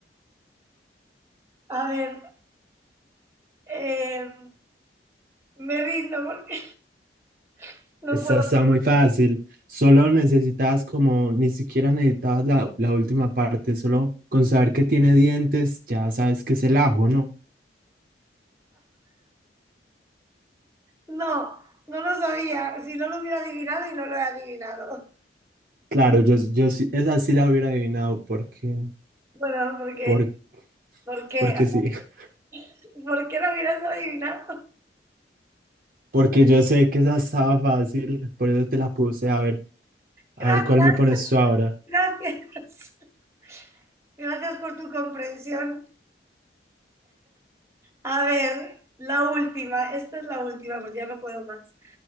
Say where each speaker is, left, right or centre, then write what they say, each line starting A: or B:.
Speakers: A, on the right; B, on the right.
A: A ver, eh, me rindo porque <laughs> no
B: Esta
A: puedo.
B: está muy fácil, solo necesitas como, ni siquiera necesitabas la, la última parte, solo con saber que tiene dientes, ya sabes que es el ajo, ¿no?
A: No, no lo sabía. Si no lo hubiera adivinado y no lo he adivinado.
B: Claro, yo, yo sí, esa sí la hubiera adivinado, porque,
A: Bueno, porque,
B: por-
A: ¿por qué,
B: porque sí, <laughs>
A: porque, porque lo hubieras adivinado.
B: porque yo sé que esa estaba fácil, por eso te la puse, a ver. A
A: Gracias,
B: ver, ¿cuál me pones tú ahora?
A: gracias. <laughs> Gracias por tu comprensión. A ver, la última. Esta es la última porque ya no puedo más.